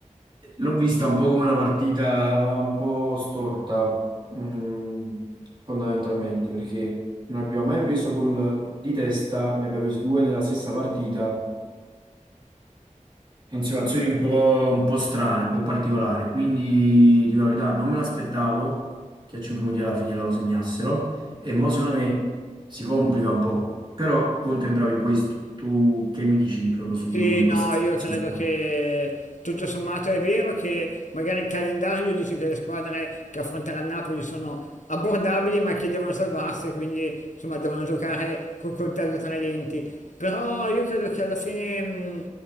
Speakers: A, on the right (about 40°); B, on the left (about 70°).
A: l'ho vista un po' come una partita un po' storta, mm, fondamentalmente, perché non abbiamo mai preso gol di testa, ne abbiamo presi due nella stessa partita in situazioni un po', un po' strane, un po' particolari. Quindi, dico la verità, non me l'aspettavo che a 5 minuti alla fine loro segnassero. E mo' secondo me si complica un po'. Però Conte è bravo in questo. Tu che mi dici proprio su di
B: Sì,
A: lui in
B: no,
A: questa situazione
B: io credo
A: qua?
B: che tutto sommato è vero che magari il calendario dice che le squadre che affronterà il Napoli sono abbordabili ma che devono salvarsi, quindi insomma devono giocare col coltello tra i denti. Però io credo che alla fine mh,